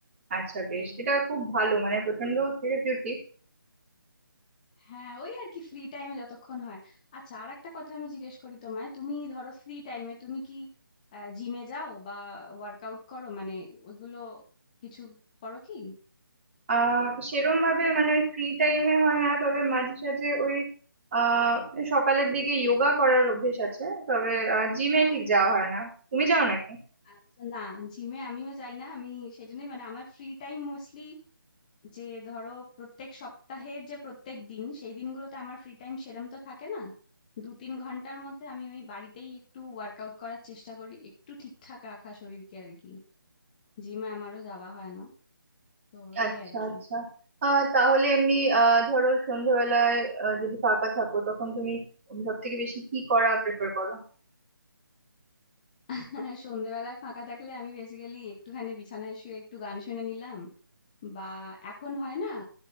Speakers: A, on the right; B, on the left.
A: আচ্ছা বেশ
B: এই
A: এটা খুব ভালো মানে প্রচন্ড থেরাপিউটিক
B: হ্যাঁ ওই আর কি ফ্রি টাইমে যতক্ষণ হয় আচ্ছা আর একটা কথা আমি জিজ্ঞেস করি তোমায় তুমি ধরো ফ্রি টাইমে তুমি কি জিমে যাও বা ওয়ার্কআউট করো মানে ওইগুলো কিছু করো কি
A: আহ সেরম ভাবে মানে ওই ফ্রি টাইমে হয় না তবে মাঝে সাঝে ওই আহ সকালের দিকে যোগা করার অভ্যেস আছে তবে জিমে
B: বাহ
A: ঠিক যাওয়া হয় না তুমি যাও নাকি
B: আচ্ছা না জিমে আমিও যাই না আমি সেই জন্যই মানে আমার ফ্রি টাইম মোস্টলি যে ধরো প্রত্যেক সপ্তাহের যে প্রত্যেক দিন সেই দিনগুলোতে আমার ফ্রি টাইম সেরম তো থাকে না দু তিন ঘন্টার মধ্যে আমি ওই বাড়িতেই একটু ওয়ার্কআউট করার চেষ্টা করি একটু ঠিকঠাক রাখা শরীরকে আর কি জিমে আমারও যাওয়া হয় না তো
A: আচ্ছা
B: এই আর কি
A: আচ্ছা আহ তাহলে এমনি আহ ধরো সন্ধ্যাবেলায় আহ, যদি ফাঁকা থাকো তখন তুমি সব থেকে বেশি কি করা প্রেফার করো
B: হ্যাঁ, <laughs> সন্ধেবেলায় ফাঁকা থাকলে আমি বেসিক্যালি একটুখানি বিছানায় শুয়ে একটু গান শুনে নিলাম বা এখন হয় না